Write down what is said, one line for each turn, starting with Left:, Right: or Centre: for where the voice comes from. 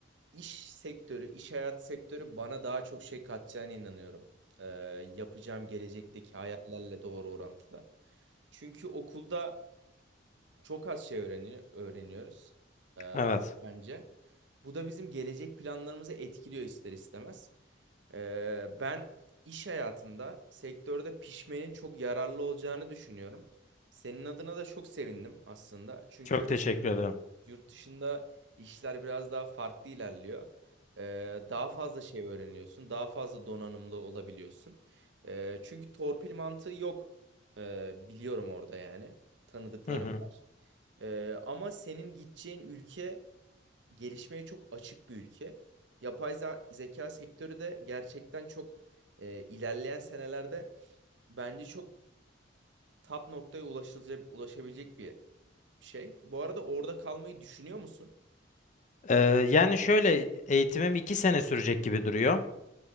Right: iş sektörü, iş hayat sektörü bana daha çok şey katacağına inanıyorum. E, yapacağım gelecekteki hayallerle doğru orantıda. Çünkü okulda çok az şey öğreniyor, öğreniyoruz e,
Left: Evet.
Right: bence. Bu da bizim gelecek planlarımızı etkiliyor ister istemez. E, ben iş hayatında sektörde pişmenin çok yararlı olacağını düşünüyorum. Senin adına da çok sevindim aslında. Çünkü
Left: Çok teşekkür ederim.
Right: yurt dışında işler biraz daha farklı ilerliyor. E, daha fazla şey öğreniyorsun, daha fazla donanımlı olabiliyorsun. E, çünkü torpil mantığı yok e, biliyorum orada yani. Tanıdıklarım.
Left: Hı hı.
Right: var. Ee, ama senin gideceğin ülke gelişmeye çok açık bir ülke. Yapay za- zeka sektörü de gerçekten çok e, ilerleyen senelerde bence çok top noktaya ulaşılacak, ulaşabilecek bir şey. Bu arada orada kalmayı düşünüyor musun?
Left: Ee, yani şöyle eğitimim 2 sene sürecek gibi duruyor.